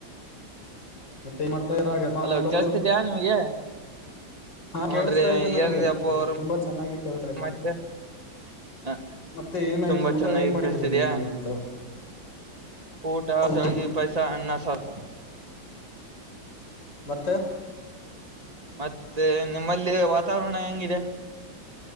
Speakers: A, on the left (about 65°); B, on the right (about 20°).
A: ಮತ್ತೆ ಏನ್ ಮಾಡ್ತಾಯಿದಿರ <unintelligible>
B: ಅಲೋ ಕೇಳ್ಸ್ತಿದ್ಯಾ ನಿಮ್ಗೆ
A: ಹಾ ಕೇಳಸ್ತಾ
B: ಹುನ್ರಿ
A: ಇದ್ದೆ ನನಗೆ
B: ಹೇಳ್ರಿ ಅಪ್ಪ ಅವರು
A: ತುಂಬಾ ಚೆನ್ನಾಗಿ ಕೇಳ್ತಾ ಇದ್ದೆ.
B: ಮತ್ತೆ ಹ
A: ಮತ್ತೆ ಏನಾಯ್ತು
B: ತುಂಬಾ
A: ಊಟ
B: ಚೆನ್ನಾಗಿ
A: ಏನ್ ಮಾಡಿದ್ರಿ
B: ಕೇಳ್ಸ್ತಿದ್ಯಾ
A: ನೀವು ಇವತ್ತು.
B: ಊಟ
A: ಹೌದು
B: ಶ್ಯಾವಿಗೆ ಪೈಸಾ ಅನ್ನ ಸರ್.
A: ಮತ್ತೆ.
B: ಮತ್ತೆ ನಿಮ್ಮಲ್ಲಿ ವಾತಾವರಣ ಹೆಂಗಿದೆ.